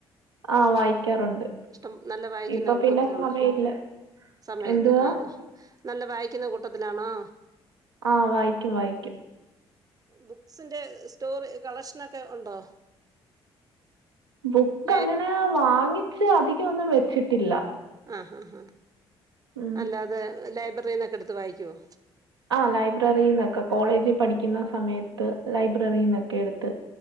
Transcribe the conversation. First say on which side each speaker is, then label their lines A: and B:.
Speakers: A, on the right; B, on the right.
A: ആ വായിക്കാറുണ്ട്
B: ഇഷ്ടം നല്ല വായിക്കുന്ന
A: ഇപ്പൊ
B: കൂട്ടത്തിലാണോ?
A: പിന്നെ സമയമില്ല
B: സമയല്ല
A: എന്തുവാ
B: ആഹ് നല്ല വായിക്കുന്ന കൂട്ടത്തിലാണോ?
A: ആഹ് വായിക്കും വായിക്കും
B: ബുക്സിന്റെ സ്റ്റോറി കളക്ഷനൊക്കെ ഉണ്ടോ?
A: ബുക്ക്
B: ലൈ
A: അങ്ങനെ വാങ്ങിച്ച് അധികം ഒന്നും വെച്ചിട്ടില്ല
B: ആഹ് ഹാ ഹാ
A: ഉം
B: അല്ലാതെ ലൈബ്രറിന്നൊക്കെ എടുത്ത് വായിക്കുവോ?
A: ആഹ് ലൈബ്രറിന്നൊക്കെ കോളേജി പഠിക്കുന്ന സമയത്ത് ലൈബ്രറിന്നൊക്കെ എടുത്ത്